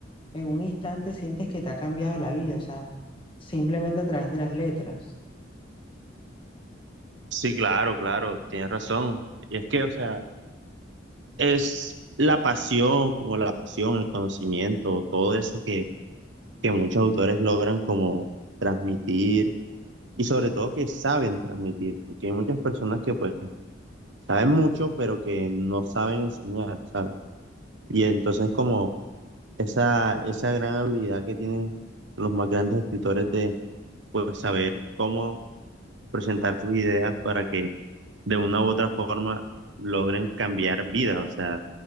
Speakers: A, on the left; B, on the right.
A: en un instante sientes que te ha cambiado la vida, o sea, simplemente a través de las letras.
B: Sí, claro, claro, tienes razón. Y es que, o sea, es la pasión, como la pasión, el conocimiento, todo eso que, que muchos autores logran como transmitir y sobre todo que saben transmitir, porque hay muchas personas que pues saben mucho, pero que no saben enseñar, ¿sabes? Y entonces como esa, esa gran habilidad que tienen los más grandes escritores de pues saber cómo presentar sus ideas para que de una u otra forma logren cambiar vidas, o sea,